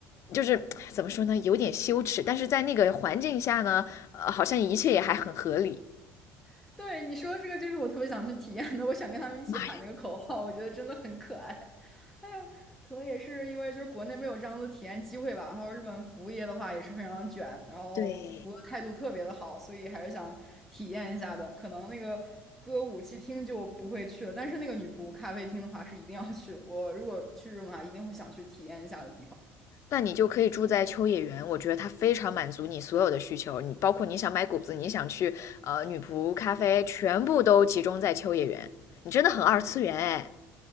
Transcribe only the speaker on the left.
就是怎么说呢，有点羞耻，但是在那个环境下呢，呃，好像一切也还很合理。
妈呀，
对，
那你就可以住在秋叶原，我觉得它非常满足你所有的需求，你包括你想买谷子，你想去呃女仆咖啡，全部都集中在秋叶原，你真的很二次元哎。